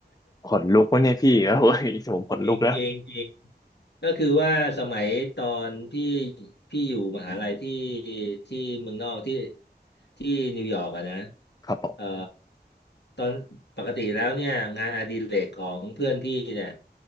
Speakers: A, on the left (about 20°); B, on the left (about 80°).
A: ขนลุกวะเนี่ยพี่เอ้ยผมขนลุกแล้ว
B: จริงจริงจริง ก็คือว่าสมัยตอนพี่พี่อยู่มหาลัยที่ที่เมืองนอกที่ที่นิวยอร์กอะนะ
A: ครับผม
B: เอ่อตอนปกติแล้วเนี่ยงานอดิเรกของเพื่อนพี่เนี่ย